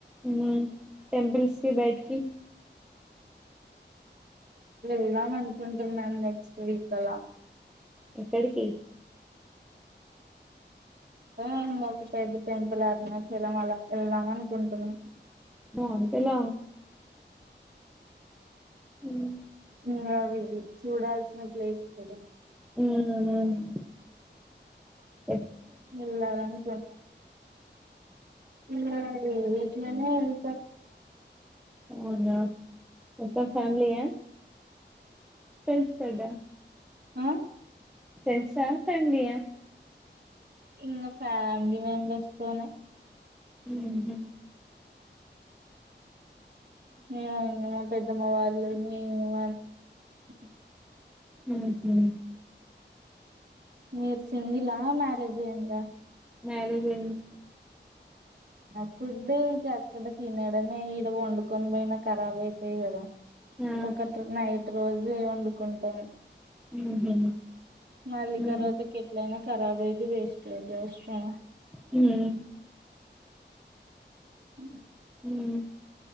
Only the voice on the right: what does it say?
వెళ్దాం అనుకుంటున్నాను నెక్స్ట్ వీక్ అల
ఉ ఒక పెద్ద టెంపుల్ అరుణాచలం అలా వెళ్దాం అనుకుంటున్న
ఇంకా విజిట్ చూడాల్సిన ప్లేస్ కద
ఎల్లారనుకోన్న వెళ్లాలి ఈ వీక్లోనే వెళ్త
ఆ
ఇంగ ఫ్యామిలీ మెంబెర్స్ తోనే
యా ఇంగ మా పెద్దమ్మ వాళ్ళు మేము <unintelligible>
మీరు సింగిలా మ్యారేజ్ అయింద
నా ఫుడ్ ఇంకా అక్కడ తినడమే ఈడ వండుకొని పోయినా కరాబ్ అయితది కద
ఒకటో నైట్ రోజే వండుకుంటాం
మళ్ళీ
తరువాత కేట్లాయిన ఖరాబ్ ఐద్ధి వేస్ట్ ఐద్ధి అవసరమా
హ్మ్